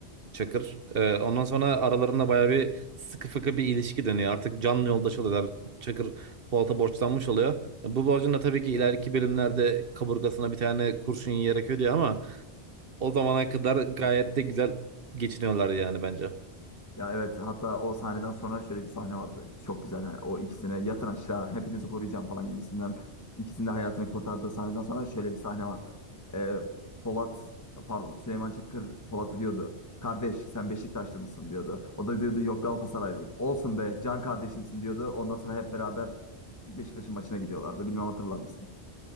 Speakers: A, on the right; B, on the left.
A: Çakır. Ee, ondan sonra aralarında bayağı bir sıkı fıkı bir ilişki dönüyor. Artık canlı yoldaş oluyorlar. Çakır Polat'a borçlanmış oluyor. Bu borcun da tabii ki ileriki bölümlerde kaburgasına bir tane kurşun yiyerek ödüyor ama o zamana kadar gayet de güzel geçiniyorlar yani bence.
B: Ya evet hatta o sahneden sonra şöyle bir sahne vardı. Çok güzel. Hani o ikisine yatın aşağı hepinizi koruyacağım falan gibisinden. İkisinin de hayatını kurtardığı sahneden sonra şöyle bir sahne vardı. Ee, Polat pardon Süleyman Çakır Polat'a diyordu. Kardeş sen Beşiktaşlı mısın diyordu. O da diyordu yok Galatasaraylıyım. Olsun be can kardeşimsin diyordu. Ondan sonra hep beraber Beşiktaş'ın maçına gidiyorlardı. Bilmem hatırlar mısın?